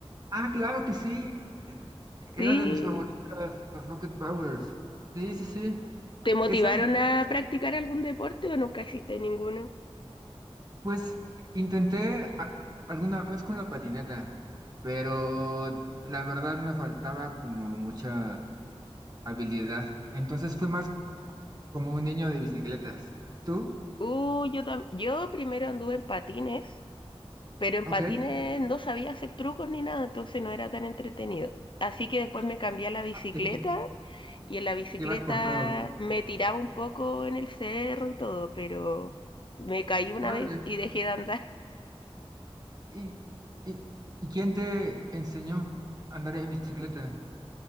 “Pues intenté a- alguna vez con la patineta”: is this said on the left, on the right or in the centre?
Right